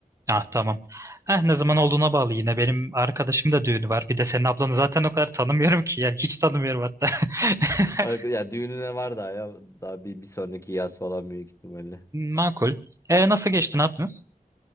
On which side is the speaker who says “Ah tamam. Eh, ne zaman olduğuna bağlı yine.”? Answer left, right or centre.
Right